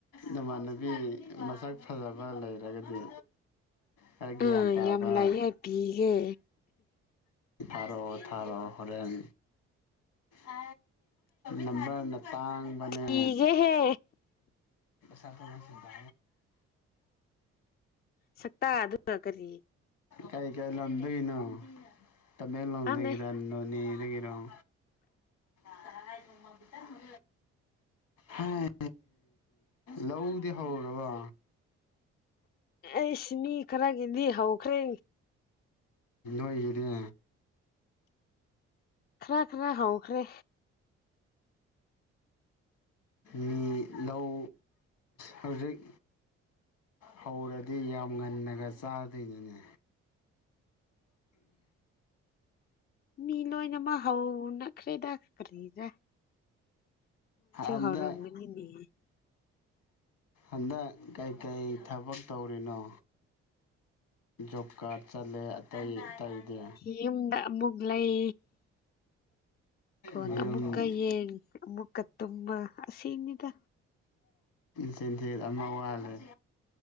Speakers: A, on the left (about 65°); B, on the left (about 30°).
A: ꯅꯃꯅꯕꯤ ꯃꯁꯛ ꯐꯖꯕ ꯂꯩꯔꯒꯗꯤ ꯋꯥ ꯒ꯭ꯌꯥꯟ
B: ꯑꯥ
A: ꯇꯥꯕ
B: ꯌꯥꯝ ꯂꯩꯌꯦ ꯄꯤꯒꯦ
A: ꯊꯔꯣ ꯊꯥꯔꯣ ꯍꯣꯔꯦꯟ ꯑ ꯅꯝꯕꯔꯅ ꯇꯥꯡꯕꯅꯦ
B: ꯄꯤꯒꯦꯍꯦ
A: ꯁꯅ ꯁꯤꯗ
B: ꯁꯛꯇꯥ ꯑꯗꯨ ꯀꯔꯤ
A: ꯀꯩ ꯀꯩ ꯂꯝꯗꯒꯤꯅꯣ ꯇꯃꯦꯡꯂꯣꯡꯗꯒꯤꯔ
B: ꯈꯪꯗꯦ
A: ꯅꯣꯅꯤꯗꯒꯤ ꯑꯗꯨꯝ ꯇꯔꯉꯥꯏ ꯃꯃꯇ ꯃ ꯍ ꯂꯧꯗꯤ ꯍꯧꯔꯕꯣ
B: ꯑꯩꯁ ꯃꯤ ꯈꯔꯒꯤꯗꯤ ꯍꯧꯈ꯭ꯔꯦ
A: ꯣꯏꯒꯤꯗꯦ
B: ꯈꯥ ꯈꯔ ꯍꯧ ꯍꯧꯈ꯭ꯔꯦ
A: ꯃꯤ ꯂꯧ ꯍꯧꯖꯤꯛ ꯍꯧꯔꯗꯤ ꯌꯥꯝ ꯨꯡ ꯉꯟꯅꯒ ꯆꯥꯗꯣꯏꯅꯤꯅꯦ
B: ꯃꯤ ꯂꯣꯏꯅꯃ ꯍꯅ ꯈꯈ꯭ꯔꯤꯗ ꯈꯔꯍꯤꯔ
A: ꯑꯗ
B: ꯍꯧꯔꯝꯒꯅꯤꯅꯦ
A: ꯑꯗ ꯀꯥꯏ ꯀꯥꯏ ꯊꯕꯛ ꯇꯧꯔꯤꯅꯣ ꯣꯕ ꯀꯥꯔꯠ ꯆꯠꯂꯦ ꯑꯇꯩ ꯑꯇꯩꯗꯤ
B: ꯌꯨꯝꯗ ꯑꯃꯨꯛ ꯂꯩ ꯐꯣꯟ
A: ꯌꯨꯝ
B: ꯑꯃꯨꯛꯀ ꯌꯦꯡ ꯑꯃꯨꯛꯀ ꯇꯨꯝꯃ ꯑꯁꯤꯅꯤꯗ
A: ꯆꯦꯟꯊꯦ ꯑꯃ ꯋꯥꯠꯂꯦ